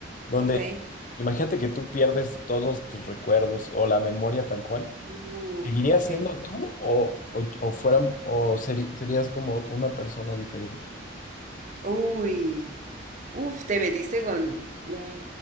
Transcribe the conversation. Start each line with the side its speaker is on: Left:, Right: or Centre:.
Left: donde
Right: Ok.
Left: imagínate que tú pierdes todos tus recuerdos o la memoria tal cual.
Right: Uh,
Left: ¿Seguirías
Right: ok.
Left: siendo tú o, o, o fueran- o seri- serías como una persona diferente?
Right: Uy. Uf, te metiste con un